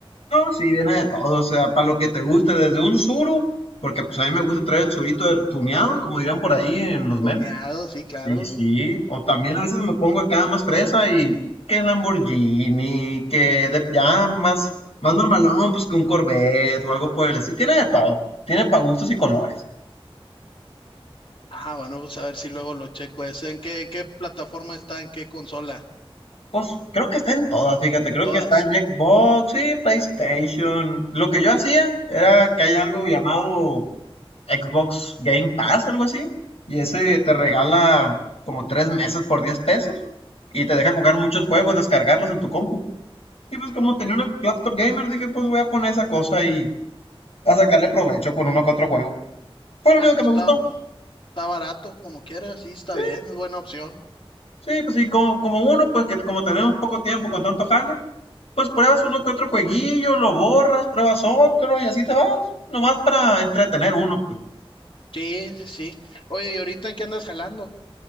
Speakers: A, on the left (about 85°); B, on the left (about 60°).
A: No, sí, viene de todo, o sea, para lo que te guste, desde un suru, porque pues a mí me gusta traer el surito del tuneado, como dirán por ahí en los
B: Tuneado,
A: memes.
B: sí, claro.
A: Sí, sí, o también a veces me pongo acá más fresa y que Lamborghini, que de- ya más, más normalón, pues que un Corvette o algo por el estilo. Tiene de todo, tiene para gustos y colores.
B: Ah, bueno, pues a ver si luego lo checo ese. ¿En qué, en qué plataforma está? ¿En qué consola?
A: Pues creo que está en todas, fíjate,
B: En
A: creo
B: todas.
A: que está en Xbox y PlayStation. Lo que yo hacía era que hay algo llamado Xbox Game Pass, algo así. Y ese te regala como tres meses por 10 pesos. Y te deja jugar muchos juegos, descargarlos en tu compu. Y pues como tenía una laptop gamer, dije, pues voy a poner esa cosa y a sacarle provecho con uno que otro juego. Fue
B: Ah,
A: lo único
B: pues
A: que me
B: está,
A: gustó.
B: está barato como quieras, sí, está
A: Sí,
B: bien, es buena opción.
A: sí, pues sí, como, como uno, pues que como tenemos poco tiempo con tanto jale, pues pruebas uno que otro jueguillo, lo borras, pruebas otro y así te vas. Nomás para entretener uno, pues.
B: Sí, sí, sí. Oye, ¿y ahorita en qué andas jalando?